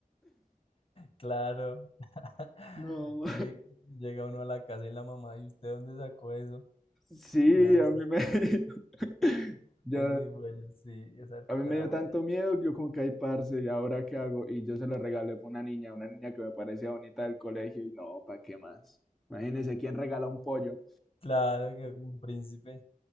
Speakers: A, on the left (about 40°); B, in the centre.
A: claro. <laughs>
B: No.
A: Llega, llega uno a la casa y la mamá, ¿y usted dónde sacó eso?
B: Sí,
A: No,
B: a
A: es
B: mí me, <laughs> yo,
A: es muy bueno, sí, esa época
B: a mí me
A: era
B: dio
A: buena.
B: tanto miedo que yo como que, ay, parce, ¿y ahora qué hago? Y yo se lo regalé a una niña, una niña que me parecía bonita del colegio y no, ¿para qué más? Imagínense, ¿quién regala un pollo?
A: Claro, que como un príncipe.